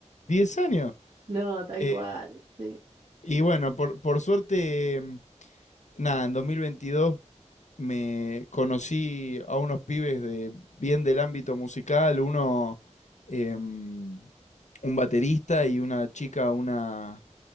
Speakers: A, on the left; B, on the right.
A: 10 años.
B: No, tal
A: Eh,
B: cual. Sí.
A: y bueno, por, por suerte, mm, nada, en 2022 me conocí a unos pibes de bien del ámbito musical, uno em, un baterista y una chica, una